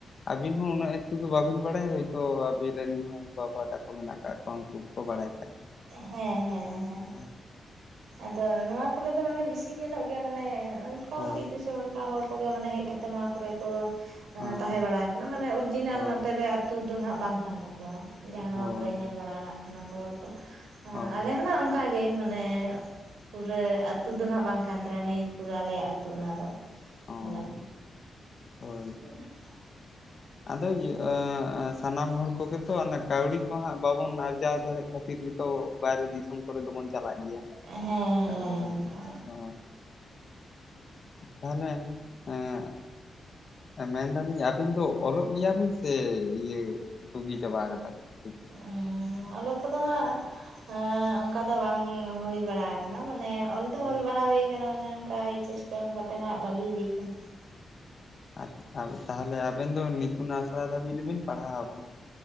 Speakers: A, on the left; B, on the right.
A: ᱟᱹᱵᱤᱱ ᱦᱚᱸ ᱩᱱᱟᱹᱜ ᱮᱠᱴᱩ ᱫᱚ ᱵᱟᱵᱤᱱ ᱵᱟᱲᱟᱭᱟ ᱦᱳᱭ ᱛᱳ ᱟᱵᱤᱱ ᱨᱮᱱ ᱵᱟᱵᱟ ᱛᱟᱠ ᱠᱩ ᱢᱮᱱᱟᱜ ᱠᱟᱜ ᱠᱚᱣᱟ ᱩᱱᱠᱩ ᱜᱮᱠᱚ ᱵᱟᱲᱟᱭ ᱠᱷᱟᱡ ᱦᱮᱸ
B: ᱦᱮᱸ ᱦᱮᱸ ᱦᱮᱸ
A: ᱾
B: ᱟᱫᱚ ᱱᱚᱣᱟ ᱠᱚᱨᱮ ᱫᱚ ᱢᱟᱱᱮ ᱵᱮᱥᱤ ᱧᱮᱞᱚᱜ ᱜᱮᱭᱟ ᱢᱟᱱᱮ ᱚᱱᱠᱟ
A: ᱦᱳᱭ
B: ᱵᱤᱨ ᱫᱤᱥ ᱠᱚ ᱚᱱᱠᱟ ᱦᱚᱲ ᱠᱚᱜᱮ ᱢᱟᱱᱮ ᱦᱮᱡ ᱠᱟᱛᱮ ᱱᱚᱣᱟ ᱠᱚᱨᱮ ᱠᱚ ᱮᱸ
A: ᱦᱮᱸ
B: ᱛᱟᱦᱮᱸ ᱵᱟᱲᱟ ᱟᱠᱟᱱᱟ ᱢᱟᱱᱮ ᱚᱨᱤᱡᱤᱱᱟᱞ
A: ᱦᱳᱭ
B: ᱱᱚᱛᱮ ᱨᱮ ᱟᱛᱳ ᱫᱚ ᱱᱟᱦᱟᱜ ᱵᱟᱝ ᱠᱟᱱ ᱛᱟᱠᱚᱣᱟ ᱾ ᱡᱟᱦᱟᱸ
A: ᱦᱳᱭ
B: ᱱᱚᱣᱟ ᱠᱚᱨᱮ ᱧᱮᱞ ᱵᱟᱲᱟᱼᱟᱜ ᱠᱟᱱᱟ ᱠᱚ ᱦᱚᱲ ᱠᱚ
A: ᱦᱳᱭ
B: ᱟᱞᱮ ᱦᱚᱸ ᱞᱮ ᱚᱱᱠᱟ ᱜᱮ ᱢᱟᱱᱮ ᱯᱩᱨᱟᱹ ᱟᱹᱛᱩ ᱫᱚ ᱱᱟᱦᱟᱜ ᱵᱟᱝ ᱠᱟᱱ ᱛᱟᱞᱮᱭᱟ ᱱᱤᱡ ᱯᱩᱨᱟᱹ ᱟᱞᱮᱭᱟᱜ ᱟᱹᱛᱩ ᱚᱱᱟ ᱫᱚ ᱾
A: ᱚ
B: ᱚᱱᱟᱫᱽ
A: ᱦᱳᱭ
B: <unintelligible>
A: ᱟᱫᱚ ᱤᱭᱟᱹ ᱮᱸ-ᱮᱸ ᱥᱟᱱᱟᱢ ᱦᱚᱲ ᱠᱚᱜᱮ ᱛᱚ ᱚᱱᱮ ᱠᱟᱹᱣᱰᱤ ᱠᱚ ᱦᱟᱸᱜ ᱵᱟᱵᱚᱱ ᱟᱨᱡᱟᱣ ᱫᱟᱲᱮᱜ ᱠᱷᱟᱹᱛᱤᱨ ᱜᱤᱛᱚ ᱵᱟᱨ ᱫᱤᱥ ᱥᱚᱢ ᱠᱚᱨᱮ ᱫᱚᱵᱚᱱ ᱪᱟᱞᱟᱜ ᱜᱮᱭᱟ
B: ᱦᱮᱸ
A: ᱠᱟᱹᱣᱰᱤ
B: ᱚᱱᱠᱟ
A: ᱠᱷᱟᱹᱛᱤᱨ ᱦᱚᱸ ᱛᱟᱦᱮᱞᱮ ᱮᱸᱜ ᱢᱮᱱ ᱫᱟᱞᱤᱧ ᱟᱹᱵᱤᱱ ᱫᱚ ᱚᱞᱚᱜ ᱜᱮᱭᱟ ᱵᱤᱱ ᱥᱮ ᱤᱭᱟᱹ ᱵᱩᱜᱤ ᱪᱟᱵᱟ ᱠᱟᱫᱟ ᱵᱮᱱ ᱾
B: ᱮᱻ ᱚᱞᱚ ᱠᱚᱫᱚ ᱦᱟᱜ ᱮ ᱚᱝᱠᱟ ᱫᱚ ᱵᱟᱝ ᱦᱩᱭ ᱵᱟᱲᱟ ᱟᱠᱟᱱᱟ ᱢᱟᱱᱮ ᱚᱞ ᱫᱚ
A: ᱚ,
B: ᱚᱞ ᱵᱟᱲᱟ ᱦᱩᱭ <unintelligible> ᱢᱟᱱᱮ ᱚᱱᱠᱟ ᱮᱭᱤᱪᱮᱥ ᱠᱚ ᱮᱢ ᱠᱟᱛᱮ ᱦᱟᱜ ᱵᱷᱟᱜᱤ ᱦᱩᱭ ᱟᱠᱟᱱᱟ᱾
A: ᱟᱪ ᱟ ᱛᱟᱦᱟᱞᱮ ᱟᱵᱮᱱ ᱫᱚ ᱱᱤᱛᱩᱱ ᱟᱥᱲᱟ ᱫᱷᱟᱹᱵᱤᱡ ᱫᱚᱵᱤᱱ ᱯᱟᱲᱦᱟᱣ ᱠᱟᱱᱟ ᱾